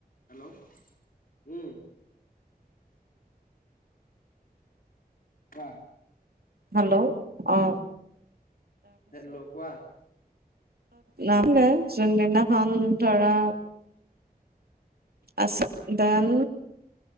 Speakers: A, on the left; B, on the right.
A: হেল্ল' উম, কোৱা?
B: হেল্ল' অ,
A: হেল্ল' কোৱা?
B: নাম নাই যোনদিনাখন ধৰা আছে। ডেন,